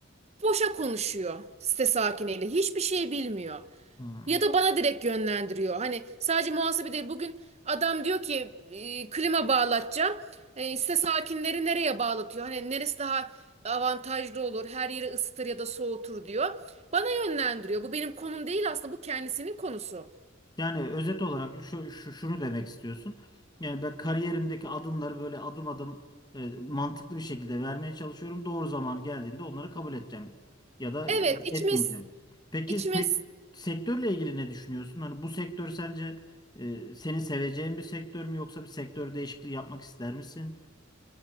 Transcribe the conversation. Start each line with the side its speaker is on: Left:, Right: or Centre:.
Right: boşa konuşuyor site sakiniyle. Hiçbir şey bilmiyor.
Left: Hmm.
Right: Ya da bana direkt yönlendiriyor. Hani sadece muhasebe değil. Bugün adam diyor ki e, klima bağlatacağım. E, size sakinleri nereye bağlatıyor? Hani neresi daha avantajlı olur? Her yeri ısıtır ya da soğutur diyor. Bana yönlendiriyor. Bu benim konum değil aslında. Bu kendisinin konusu.
Left: Yani özet olarak şu, şu şunu demek istiyorsun. Yani ben kariyerimdeki adımları böyle adım adım e, mantıklı bir şekilde vermeye çalışıyorum. Doğru zaman geldiğinde onları kabul edeceğim ya da
Right: Evet,
Left: e,
Right: içime
Left: etmeyeceğim. Peki
Right: içime
Left: sek- sektörle ilgili ne düşünüyorsun? Hani bu sektör sence e, seni seveceğin bir sektör mü yoksa bir sektör değişikliği yapmak ister misin?